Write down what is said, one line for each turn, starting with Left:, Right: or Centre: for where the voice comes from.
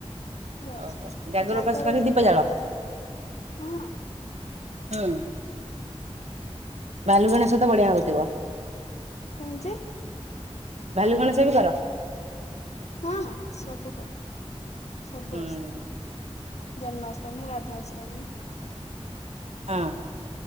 Left: ରହିଛି
Right: ଓହୋ ଜାଗର
Left: ଜାଗରରେ
Right: ଉପାସ କରି ଦୀପ
Left: ଗୋଟ
Right: ଜାଳ?
Left: ରହିଛ ହଁ।
Right: ହୁଁ। ଭାଲୁ ଗଣେଶ ତ ବଢ଼ିଆ ହଉଥିବ।
Left: କାଇଁ ଯେ
Right: ଭାଲୁ ଗଣେଶ ବି କର?
Left: ହଁ ସବୁ କରେ ସବୁ
Right: ହୁଁ
Left: ଆସ୍ ଜନ୍ମାଷ୍ଟମୀ ରାଧାଷ୍ଟମୀ।
Right: ହଁ।